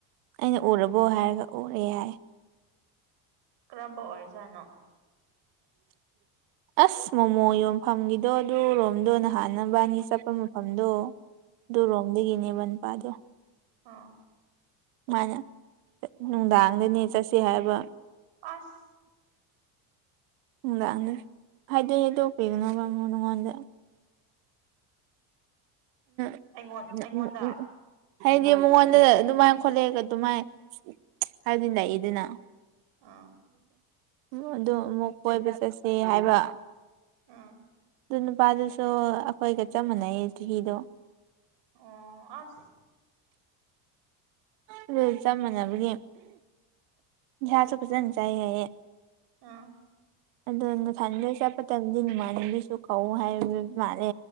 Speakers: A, on the right; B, on the right.
A: ꯑꯩꯅ ꯎꯔꯕꯣ ꯍꯥꯏꯔꯒ ꯎꯔꯦ ꯌꯥꯏ
B: ꯀ꯭ꯔꯕ ꯑꯣꯏꯔꯖꯅꯣ
A: ꯑꯁ ꯃꯣꯃꯣ ꯌꯣꯟꯐꯝꯒꯤꯗꯣ ꯑꯗꯨ ꯔꯣꯝꯗꯣ ꯅꯍꯥꯟꯅꯤ ꯅꯕꯥꯅꯤ ꯆꯠꯄ ꯃꯐꯝꯗꯣ ꯑꯗꯨꯔꯣꯝꯗꯒꯤꯅꯦꯕ ꯅꯨꯄꯥꯗꯣ
B: ꯑꯥꯎ
A: ꯃꯥꯅ ꯅꯨꯪꯗꯥꯪꯗꯅꯦ ꯆꯠꯁꯦ ꯍꯥꯏꯕ
B: ꯑꯁ
A: ꯅꯨꯪꯗꯥꯪꯗ ꯍꯥꯏꯗꯤ ꯑꯩꯗꯣ ꯀꯩꯗꯧꯅꯕꯅꯥ ꯃꯉꯣꯟꯗ <inaudible>
B: ꯑꯩꯉꯣꯟ
A: <inaudible>
B: ꯑꯩꯉꯣꯟꯗ
A: <inaudible> ꯍꯥꯏꯗꯤ ꯃꯉꯣꯟꯗ ꯑꯗꯨꯃꯥꯏꯅ ꯈꯣꯠꯂꯛꯑꯒ ꯑꯗꯨꯃꯥꯏꯅ ꯍꯥꯏꯗꯤ ꯂꯥꯛꯏꯗꯅ
B: ꯑꯥ
A: ꯗꯣ ꯑꯗꯨ ꯑꯃꯨꯛ ꯀꯣꯏꯕ ꯆꯠꯁꯤ ꯍꯥꯏꯕ
B: ꯑꯥ
A: ꯑꯗꯨ ꯅꯨꯄꯥꯗꯨꯁꯨ ꯑꯩꯈꯣꯏꯒ ꯆꯞ ꯃꯥꯟꯅꯩ ꯆꯍꯤꯗꯣ
B: ꯑꯣ ꯑꯁ
A: ꯑꯗꯨ ꯆꯞ ꯃꯥꯟꯅꯕꯒꯤ ꯏꯟꯁꯥꯁꯨ ꯐꯖꯅ ꯆꯥꯏ ꯍꯥꯏꯌꯦꯦ
B: ꯑꯥ
A: ꯑꯗꯨꯗ ꯅ ꯊꯗꯗꯁꯄ ꯇꯗꯅꯤ ꯃꯥ ꯑꯗꯨꯨ ꯀꯧꯎ ꯍꯥꯏꯕ ꯃꯥꯜꯂꯦ